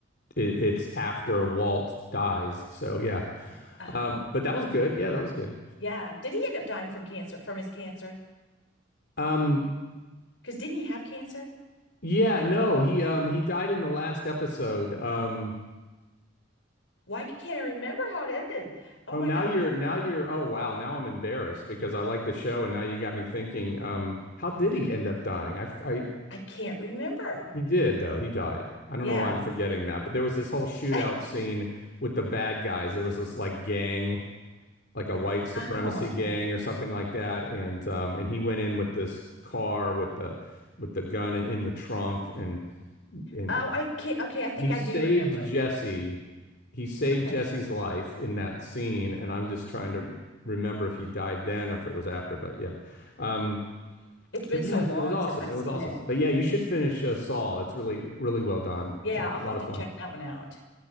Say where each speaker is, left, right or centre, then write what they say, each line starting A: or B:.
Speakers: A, on the left; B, on the left.
A: it, it's after Walt dies. So yeah.
B: Oh,
A: Um, but that was good. Yeah, that was good.
B: yeah. Did he end up dying from cancer, from his cancer?
A: Um,
B: Because didn't he have cancer?
A: Yeah, no, he um he died in the last episode. Um
B: Why can't I remember how it ended? Oh
A: oh
B: my
A: now
B: gosh.
A: you're now you're oh wow, now I'm embarrassed because I like the show and now you got me thinking um how did he end up dying? I I
B: I can't remember.
A: he did though. He died. I don't
B: Yeah.
A: know why I'm forgetting that, but there was this whole shootout
B: <laughs>
A: scene with the bad guys. There was this like gang, like a white supremacy
B: Oh, okay.
A: gang or something like that and um and he went in with this car with the with the gun in, in the trunk and and,
B: Oh,
A: and
B: I can't. Okay. I think
A: he saved
B: I do remember
A: Jesse.
B: it.
A: He saved
B: Okay.
A: Jesse's life in that scene, and I'm just trying to remember if he died then or if it was after. But yeah, um,
B: It's been
A: but
B: so
A: yeah,
B: long
A: it was awesome.
B: since I've
A: It
B: seen
A: was awesome.
B: it.
A: But yeah, you should finish uh, Saul. It's really really well done.
B: Yeah,
A: A lot,
B: I'll have
A: lot
B: to
A: of
B: check
A: fun.
B: that one out.